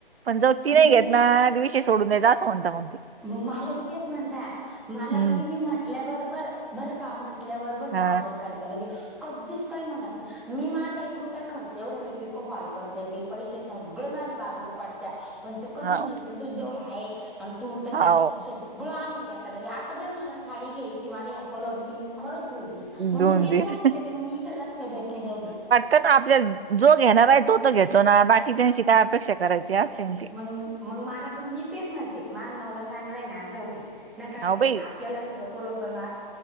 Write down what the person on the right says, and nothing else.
पण जाऊ ती नाही
घेत ना वी चे सोडून द्या जा असं म्हणता मग ते.
हम्म
हा
हाव
हाव
दोन
दिवस
तर ना आपल्या जो घेणार आहे तो तर घेतो ना बाकीचच्यांशी काय अपेक्षा करायची असेल.
हाव
बाई